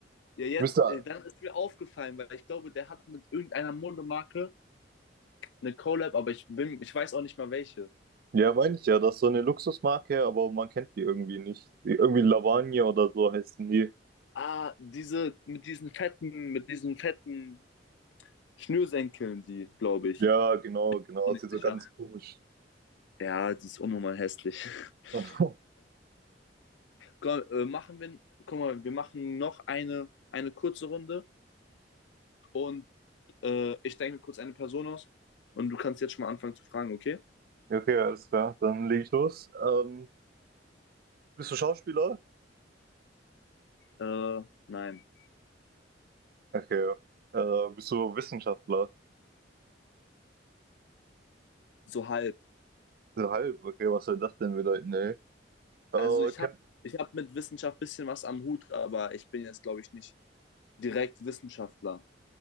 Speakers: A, on the left; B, on the right.
A: Ja, jetzt,
B: Müsste,
A: äh, dann ist mir aufgefallen, weil ich glaube, der hat mit irgendeiner Modemarke eine Collab, aber ich bin, ich weiß auch nicht mal welche.
B: ja, meine ich ja, das ist so eine Luxusmarke, aber man kennt die irgendwie nicht. Die- Irgendwie Lavagne oder so heißen die.
A: Ah, diese, mit diesen fetten, mit diesen fetten Schnürsenkeln, die, glaube ich.
B: Ja, genau, genau,
A: auch
B: ist
A: nicht
B: die so
A: sicher.
B: ganz komisch.
A: Ja, die ist unnormal hässlich. <laughs>
B: <laughs>
A: Komm, äh, machen wir, guck mal, wir machen noch eine, eine kurze Runde und äh, ich denke mir kurz eine Person aus und du kannst jetzt schon mal anfangen zu fragen, okay?
B: Okay, alles klar, dann leg ich los. Ähm, bist du Schauspieler?
A: Äh, nein,
B: Okay. Äh, bist du Wissenschaftler?
A: so halb.
B: So halb, okay, was soll das denn bedeuten, ey? Äh,
A: Also
B: okay.
A: ich habe ich hab mit Wissenschaft ein bisschen was am Hut, aber ich bin jetzt, glaube ich, nicht direkt Wissenschaftler.